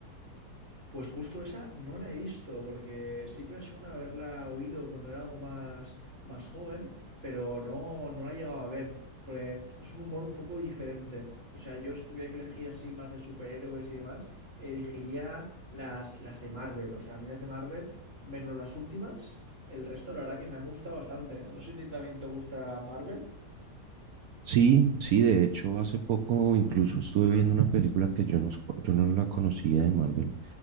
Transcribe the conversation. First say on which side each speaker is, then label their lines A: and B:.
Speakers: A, on the right (about 35°); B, on the right (about 65°).
A: Pues justo esa no la he visto, porque sí que me suena haberla oído cuando era algo más, más joven, pero no, no la he llegado a ver. Porque es un humor un poco diferente. O sea, yo si tuviera que elegir así más de superhéroes y demás, elegiría las, las de Marvel. O sea, a mí las de Marvel, menos las últimas, el resto la verdad que me han gustado bastante. No sé si a ti también te gusta Marvel.
B: Sí, sí, de hecho hace poco incluso estuve viendo una película que yo no, yo no la conocía de Marvel